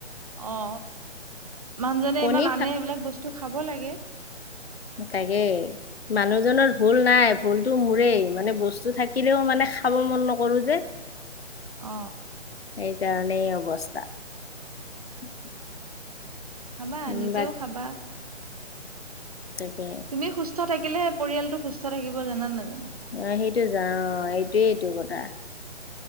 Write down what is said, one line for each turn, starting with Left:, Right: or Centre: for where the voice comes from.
Right: অ মানুহজনে
Left: কণী
Right: ইমান আনে এইবিলাক বস্তু খাব লাগে।
Left: তাকেই মানুহজনৰ ভুল নাই, ভুলতো মোৰেই। মানে বস্তু থাকিলেও মানে খাব মন নকৰো যে।
Right: অ।
Left: এইকাৰণেই এই অৱস্থা। <inaudible>
Right: খাবা
Left: উম,
Right: নিজেও
Left: বাক
Right: খাবা।
Left: তাকে।
Right: তুমি সুস্থ থাকিলেহে পৰিয়ালটো সুস্থ থাকিব। জানা নে নেজানা?
Left: অ সেইটো যাওঁ অ এইটোয়েইটো কথা।